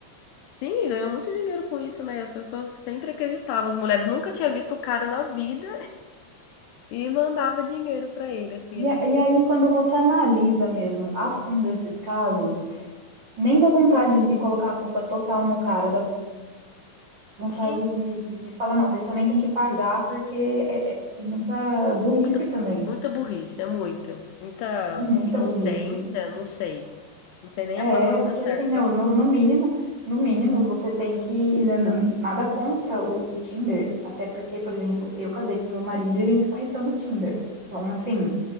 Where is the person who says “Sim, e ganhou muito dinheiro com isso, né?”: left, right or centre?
Left